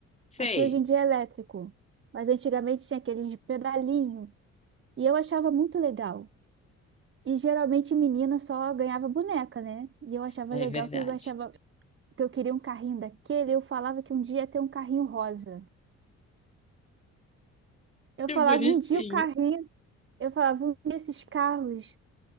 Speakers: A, on the left; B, on the right.
A: Sei.
B: Aqui hoje em dia é elétrico, mas antigamente tinha aqueles de pedalinho e eu achava muito legal. E geralmente menina só ganhava boneca, né? E eu achava
A: É
B: legal
A: verdade.
B: que eu achava que eu queria um carrinho daquele, eu falava que um dia ia ter um carrinho rosa. Eu
A: Que
B: falava
A: bonitinho.
B: um dia o carrinho, eu falava um dia esses carros